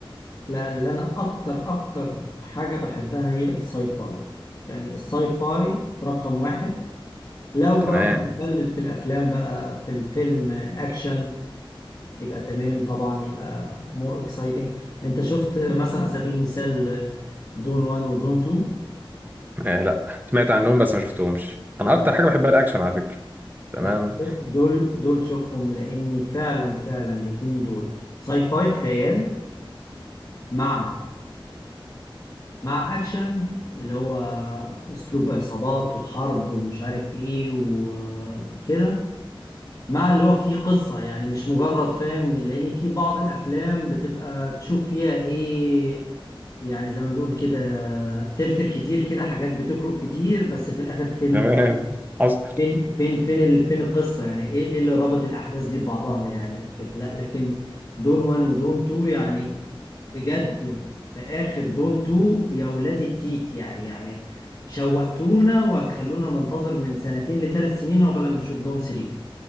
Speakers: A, on the left; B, on the right.
A: لان لأن انا اكتر اكتر حاجه بحبها هي الساي فاي يعني الساي فاي رقم واحد لو
B: تمام
A: بقى متخلل في الافلام بقى في الفيلم اكشن يبقى تمام طبعا يبقى مور اكسايتنج انت شفت مثلا على سبيل المثال دون وان ودون تو
B: اه لا سمعت عنهم بس ما شفتهمش انا
A: لا
B: اكتر حاجة بحبها الاكشن على فكرة تمام
A: لا دول دول شوفهم لاني فعلا فعلا الاتنين دول ساي فاي خيال مع مع اكشن اللي هو اسلوب عصابات وحرب ومش عارف ايه وكده مع اللي هو فيه قصة يعني مش مجرد فاهم لان في بعض الافلام بتبقى تشوف فيها ايه يعني زي ما بنقول كده ترتر كتير كده حاجات بتبرق كتير بس في الاخر فين
B: <laughs> تمام حصل
A: فين فين فين ال- فين القصة يعني ايه ايه اللي رابط الأحداث دي ببعضها يعني كده لا لكن دون 1 ودون 2 يعني بجد في آخر دون 2 يا ولاد التيت يعني يعني شوقتونا وهتخلونا ننتظر من سنتين لثلاث سنين عقبال ما نشوف دون 3